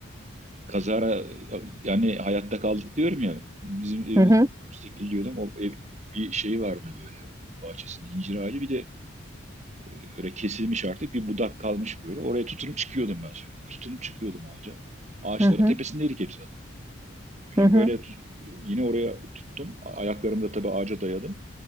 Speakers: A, on the right; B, on the right.
A: kazara yani hayatta kaldık diyorum ya. Bizim evimiz
B: Hı hı,
A: müstakil diyordum. O ev, bir şeyi vardı böyle bahçesinde incir ağacı bir de e, böyle kesilmiş artık bir budak kalmış böyle. Oraya tutunup çıkıyordum ben sürekli. Tutunup çıkıyordum ağaca. Ağaçların
B: hı hı,
A: tepesindeydik hep zaten. Bir
B: hı
A: gün
B: hı.
A: böyle tut- e, yine oraya tuttum. A- Ayaklarımı da tabii ağaca dayadım.